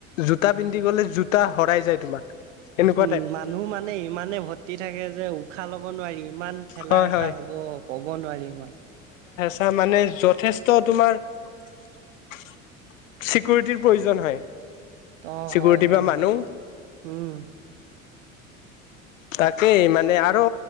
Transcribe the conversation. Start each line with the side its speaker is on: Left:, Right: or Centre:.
Left: জোতা পিন্ধি গলে জোতা হৰাই যায় তোমাৰ। এনেকুৱা
Right: উম,
Left: টাইপ
Right: মানুহ মানে ইমানে ভৰ্তি থাকে যে উশাহ লব নোৱাৰি। ইমান ঠেলা
Left: হয়
Right: হেঁচা
Left: হয়
Right: হ'ব ক'ব নোৱাৰি ইমান।
Left: ত' মানে যথেষ্ট তোমাৰ চিকিউৰিটিৰ প্ৰয়োজন হয়।
Right: অ',
Left: চিকিউৰিটি
Right: হয়, হয়,
Left: বা মানুহ
Right: উম,
Left: তাকেই মানে আৰু